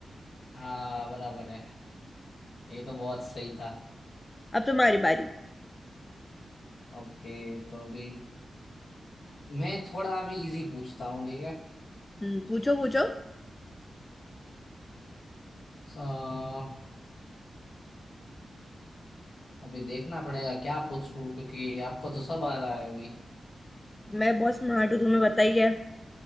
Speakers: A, on the left; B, on the left.
A: हाँ बराबर है ये तो बहुत सही था
B: अब तुम्हारी बारी
A: ओके तो अभी मैं थोड़ा अभी इजी पूछता हूँ ठीक है
B: हम्म, पूछो पूछो
A: सो अभी देखना पड़ेगा क्या पूछूं क्योंकि आपको तो सब आ रहा है अभी
B: मैं बहुत स्मार्ट हूँ तुम्हें पता ही है